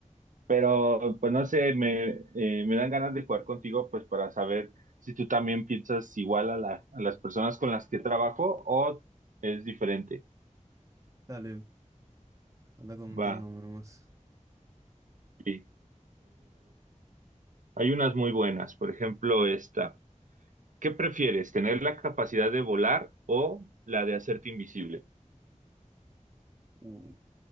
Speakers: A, on the right; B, on the right.
A: Pero pues no sé, me, eh, me dan ganas de jugar contigo pues para saber si tú también piensas igual a, la, a las personas con las que trabajo o es diferente.
B: Dale, anda comentándome
A: Va,
B: nomás.
A: sí. Hay unas muy buenas, por ejemplo, esta. ¿Qué prefieres, tener la capacidad de volar o la de hacerte invisible?
B: Uh,